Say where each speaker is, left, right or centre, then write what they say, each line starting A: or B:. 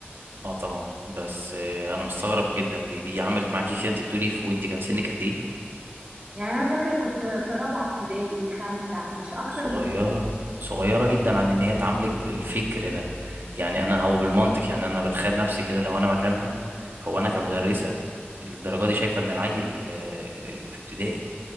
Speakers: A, on the right (about 55°); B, on the right (about 25°).
A: اه طبعا بس آه، انا مستغرب جدا دي دي عملت معاكي كده انت بتقولي ف- وانت كان سنك قد ايه
B: يعني انا فاكرة كنت في رابعة ابتدائي خمسة مش اكتر
A: صغيره
B: من كده يعني
A: صغيره جدا عن ان هي تعاملك بالفكر ده يعني انا هو بالمنطق يعني انا بتخيل نفسي كده لو انا مكانها هو انا كمدرسه اللي الدرجه دي شايفه ان العيل آه، اللي اللي في ابتدائي